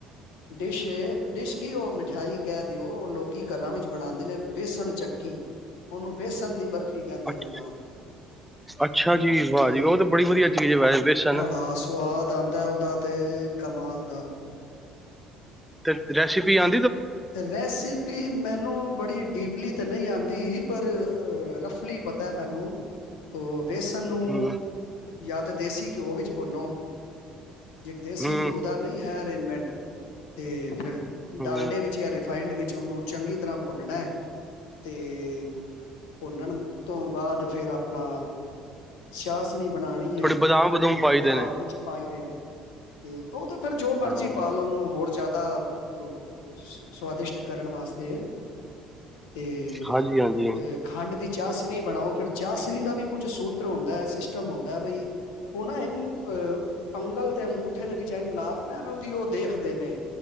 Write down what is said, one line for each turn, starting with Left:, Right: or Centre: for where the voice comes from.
Left: ਡਿਸ਼ ਏ, ਡਿਸ਼ ਕੀ ਉਹ ਮਿਠਾਈ ਕਹਿ ਦਿਓ ਉਹ ਲੋਕੀ ਘਰਾਂ ਵਿੱਚ ਬਣਾਂਦੇ ਨੇ, ਬੇਸਣ ਚੱਕੀ ਉਹਨੂੰ ਬੇਸਣ ਦੀ ਬਰਫ਼ ਕਹਿੰਦੇ
Centre: ਅੱ-
Left: ਨੇ ਹਾਂ,
Centre: ਅੱਛਾ ਜੀ ਵਾਹ
Left: ਤੇ
Centre: ਜੀ ਉਹ ਤਾਂ ਬੜੀ ਵਧੀਆ ਚੀਜ਼ ਹੈ ਵੈਸੇ ਬੇਸਨ
Left: ਬੜਾ ਸਵਾਦ ਆਂਦਾ ਉਹਦਾ ਤੇ ਕਮਾਲ ਦਾ
Centre: ਤੇ ਰੈਸਿਪੀ ਆਂ
Left: ਰੈਸਪੀ ਮੈਨੂੰ ਬੜੀ ਡੀਪਲੀ ਤਾਂ ਨ੍ਹੀਂ ਆਂਦੀ ਪਰ ਅ ਰਫਲੀ ਪਤਾ ਐ ਮੈਨੂੰ ਉਹ ਵੇਸਨ ਨੂੰ
Centre: ਹਮ
Left: ਜਾਂ ਤਾਂ ਦੇਸੀ ਘਿਓ ਵਿੱਚ ਭੁੰਨੋ। ਜ ਦੇਸੀ
Centre: ਹਮ
Left: ਘਿਓ ਦਾ ਨਹੀਂ ਹੈ ਮਿੰਟ ਤੇ ਫਿਰ
Centre: ਹਮ
Left: ਡਾਲਡੇ ਵਿੱਚ ਜਾਂ ਰਿਫਾਈੰਡ ਵਿੱਚ ਉਹਨੂੰ ਚੰਗੀ ਤਰ੍ਹਾਂ ਭੁੰਨਣਾ ਐ ਤੇ ਭੁੰਨਣ ਤੋਂ ਬਾਅਦ ਫਿਰ ਆਪਣਾ ਸ਼ਾਹਚਨੀ ਚ ਬਣਾਣੀ
Centre: ਥੋੜੇ
Left: ਹੈ
Centre: ਬਦਾਮ ਬਦੂਮ ਪਾਈਦੇ
Left: ਹਾਂ
Centre: ਨੇ
Left: ਵਿੱਚ ਪਾਈ ਦੇਣੇ ਤੇ ਉਹ ਤੇ ਫ਼ਿਰ ਜੋ ਮਰਜ਼ੀ
Centre: ਹਾਂ
Left: ਪਾ ਲੋੋ ਉਹਨੂੰ ਹੋਰ ਜ਼ਿਆ <unintelligible> ਸਵਾਦਿਸ਼ਟ ਕਰਨ ਵਾਸਤੇ। ਅਤੇ
Centre: ਹਾਂਜੀ ਹਾਂਜੀ
Left: ਖੰਡ ਦੀ ਚਾਸ਼ਨੀ ਬਣਾਓ। ਫਿਰ ਚਾਸ਼ਣੀ ਦਾ ਵੀ ਕੁੱਝ ਸੂਤਰ ਹੁੰਦਾ ਐ, ਸਿਸਟਮ ਹੁੰਦਾ ਬਾਈ ਉਹ ਨਾਂਹ ਅੰਗਲ ਤੇ ਅੰਗੂਠ ਠੇ ਵਿੱਚਨ ਲਾ ਕੇ ਨਾ ਐਵੇਂ ਉਹਦੀ ਉਹ ਦੇਖਦੇ ਨੇ